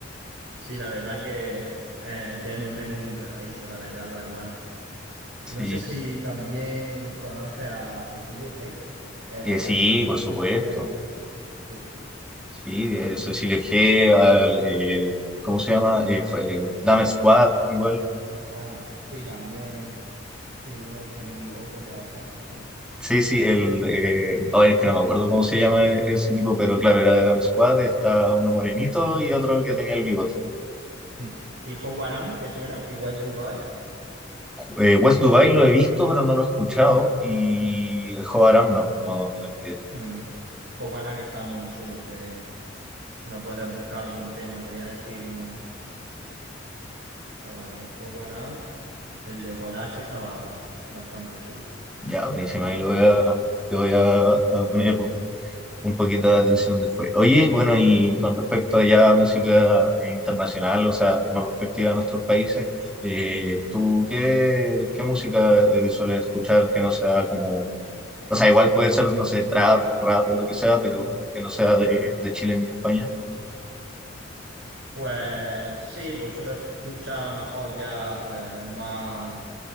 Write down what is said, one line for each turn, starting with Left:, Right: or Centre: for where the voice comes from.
Right: Sí, la verdad que eh, tienen un ritmo muy pegadizo, la verdad, los hermanos.
Centre: Sí,
Right: No sé si también conoce a Cecilio G. eh,
Centre: Eh, sí,
Right: también
Centre: por supuesto.
Right: era amigo suyo. Sí.
Centre: Sí, eh, Cecilio G, al, eh, ¿cómo se llama? Eh, fa- eh, Dame Squad, igual.
Right: Ah, sí, también. Sí, uno tenía un bigote, puede ser, me suena.
Centre: Sí, sí, el. eh, a ver, es que no me acuerdo cómo se llama ese tipo, pero claro, era de Dame Squad, está uno morenito
Right: Sí.
Centre: y otro que tenía el bigote.
Right: Mm. ¿Y Howard Hunt, te suena? ¿Y West Dubai?
Centre: Eh, West Dubai lo he visto, pero no lo he escuchado. Y el Joe Aram no, no, no tengo idea.
Right: Mm. Howard Hunt está muy chulo. Te... Lo puedes buscar algún tema. Te voy a decir uno. Estaba el de Howard Hunt, El de Guarache estaba bastante chulo.
Centre: Ya, buenísima,
Right: Fue
Centre: ahí
Right: a Guarache.
Centre: lo voy a, lo voy a, a poner un poquito de atención después. Oye, bueno, y con respecto a ya música internacional, o sea, no respectiva a nuestros países, eh, ¿tú qué, qué música eh, sueles escuchar que no sea como, o sea, igual puede ser, no sé, trap, rap o lo que sea, pero que no sea de, de Chile ni de España?
Right: Pues sí, pues suelo escuchar a lo mejor ya pues más